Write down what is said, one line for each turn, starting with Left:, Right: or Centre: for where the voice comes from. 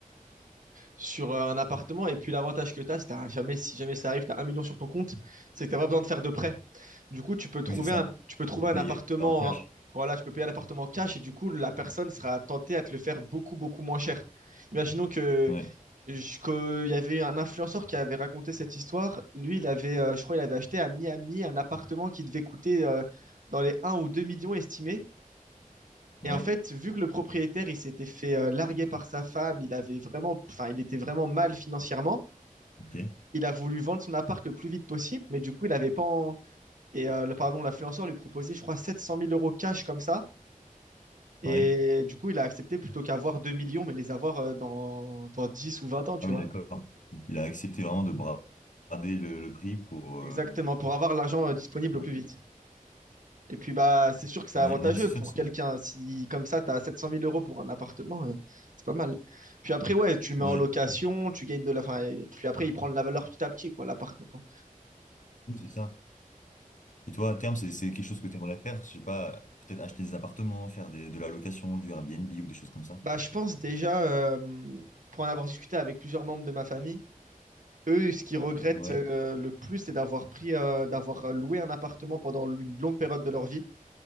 Right: sur euh, un appartement. Et puis l'avantage que tu as, c'est que jamais, si jamais ça arrive, tu as un million sur ton compte, c'est que tu n'as pas besoin de faire de prêt. Du coup, tu peux trouver
Left: Oui, c'est ça.
Right: un, tu peux
Left: Je
Right: trouver
Left: peux
Right: un
Left: payer
Right: appartement,
Left: en cash.
Right: hein, voilà, tu peux payer un appartement cash et du coup, la personne sera tentée à te le faire beaucoup, beaucoup moins cher. Imaginons que
Left: Ouais.
Right: je- que il y avait un influenceur qui avait raconté cette histoire. Lui, il avait, euh, je crois, il avait acheté à Miami un appartement qui devait coûter euh, dans les un ou 2 millions estimés.
Left: Ouais,
Right: Et en fait, vu que le propriétaire, il s'était fait euh, larguer par sa femme, il avait vraiment, enfin, il était vraiment mal financièrement.
Left: ok.
Right: Il a voulu vendre son appart le plus vite possible, mais du coup, il avait pas. en- Et euh, le- pardon, l'influenceur lui proposait, je crois, 700 000 euros cash comme ça. Et
Left: Ouais.
Right: du coup, il a accepté plutôt qu'avoir 2 millions, mais les avoir euh, dans, dans 10 ou 20 ans, tu
Left: Ah oui,
Right: vois.
Left: d'accord. Donc, il a accepté vraiment de bra- brader le, le prix pour. euh,
Right: Exactement, pour avoir l'argent euh, disponible
Left: Ouais.
Right: au plus vite. Et puis, bah, c'est sûr que c'est
Left: Ouais,
Right: avantageux
Left: non, mais c'est
Right: pour
Left: sûr que c'est.
Right: quelqu'un. Si, comme ça, tu as 700 000 euros pour un appartement, euh, c'est pas mal. Puis après, ouais, tu le
Left: Ouais,
Right: mets en location, tu gagnes de la. Enfin, et puis après, il prend de la valeur petit à petit, quoi, l'appartement.
Left: oui, c'est ça. Et toi, à terme, c'est c'est quelque chose que tu aimerais faire? Je sais pas, peut-être acheter des appartements, faire des, de la location, du Airbnb ou des choses comme ça?
Right: Bah, je pense déjà, euh, pour en avoir discuté avec plusieurs membres de ma famille, eux, ce qu'ils regrettent
Left: Ouais,
Right: euh, le plus, c'est d'avoir pris, euh, d'avoir loué un appartement pendant une longue période de leur vie,